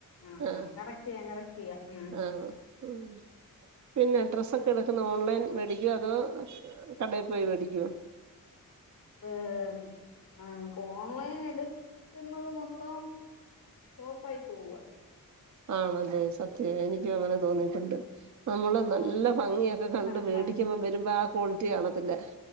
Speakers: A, on the left; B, on the right.
A: ആ
B: ആഹ്
A: ആ കറക്റ്റ് ചെയ്യാം കറക്റ്റ് ചെയ്യാം ഉം
B: ആഹ ഊ പിന്നെ ഡ്രസ്സൊക്കെ എട ഓൺലൈൻ മേടിക്കോ അതോ കടേ പോയി വേടിക്കോ?
A: <unintelligible> ഓൺലൈൻ എട്ക്ക്ന്നത് മൊത്തം ഓഫായി പോവ്അ
B: ആണതെ സത്യ എനിക്കു അങ്ങനെ തോന്നീട്ടുണ്ട് നമ്മള് നല്ല
A: ഓൺ
B: ഭംഗിയൊക്കെ കണ്ട്
A: ആഹ്
B: വേടിക്കുമ്പൊ
A: ആഹ്
B: വരുമ്പോ ആ കോളിറ്റി കാണ ത്തില്ല